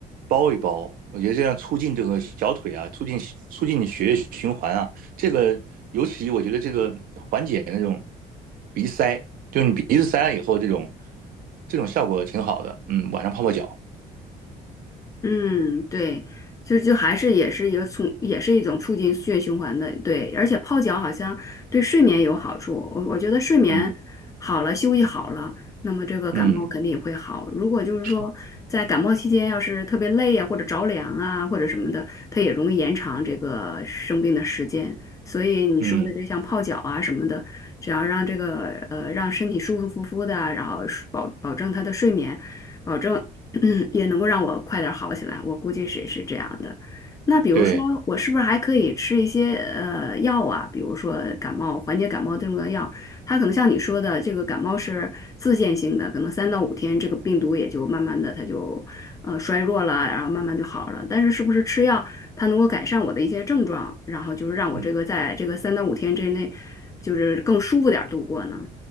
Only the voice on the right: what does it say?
包一包。我觉得这样促进这个小腿啊，促进促进你血液循环啊。这个尤其我觉得这个缓解那种鼻塞，就是你鼻子塞了以后，这种这种效果挺好的。嗯，晚上泡泡脚，
嗯
嗯
是，
嗯
对，
嗯。